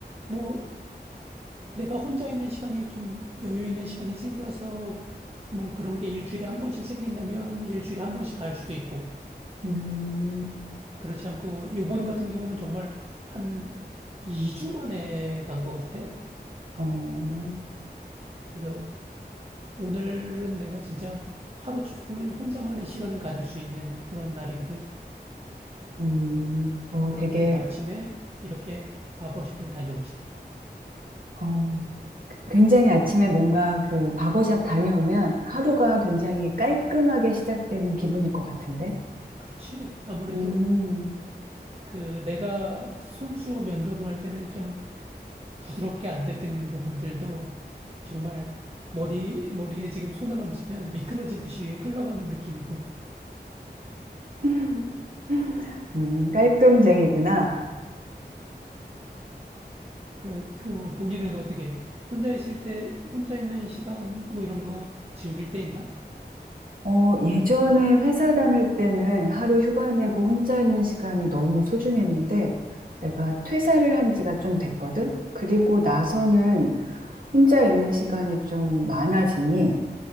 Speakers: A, on the right; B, on the right.
A: 뭐 내가 혼자 있는 시간이 좀 여유 있는 시간이 생겨서 뭐 그런 게 일주일에 한 번씩 생긴다면 일주일에 한 번씩 갈 수도 있고
B: 음.
A: 그렇지 않고 요번 같은 경우는 정말 한 2주 만에 간 것 같아.
B: 어,
A: 그래서 오늘은 내가 진짜 하루 종일 혼자만의 시간을 가질 수 있는 그런 날이거든.
B: 음, 어,
A: 그러면
B: 되게,
A: 이제 아침에 이렇게 바버샵을 다녀오지.
B: 어, 굉장히 아침에 뭔가 그 바보샵 다녀오면 하루가 굉장히 깔끔하게 시작되는 기분일 것 같은데?
A: 그렇지. 아무래도
B: 음.
A: 그 내가 손수 면도를 할 때는 좀 부드럽게 안 됐던 부분들도 정말 머리, 머리에 지금 손을 얹으면 미끄러지듯이 흘러가는 느낌이고.
B: <laughs> 음, 깔끔쟁이구나.
A: 그러- 그럼 본인은 어떻게 혼자 있을 때, 혼자 있는 시간 뭐 이런 거 즐길 때 있나?
B: 어, 예전에 회사 다닐 때는 하루 휴가 내고 혼자 있는 시간이 너무 소중했는데 내가 퇴사를 한 지가 좀 됐거든? 그리고 나서는 혼자 있는 시간이 좀 많아지니